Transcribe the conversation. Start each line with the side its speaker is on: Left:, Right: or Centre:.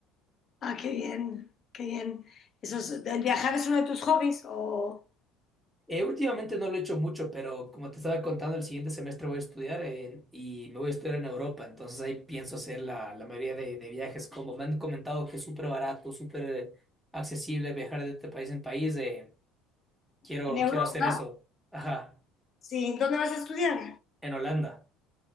Left: ah, qué bien, qué bien. Eso es- ¿el viajar es uno de tus hobbies o
Centre: Eh, últimamente no lo he hecho mucho, pero como te estaba contando, el siguiente semestre voy a estudiar en- y me voy a estudiar en Europa, entonces ahí pienso hacer la, la mayoría de, de viajes, como me han comentado que es súper barato, súper accesible viajar de este país en país, eh, quiero,
Left: en Europa?
Centre: quiero hacer eso. Ajá,
Left: Sí, ¿dónde vas a estudiar?
Centre: en Holanda.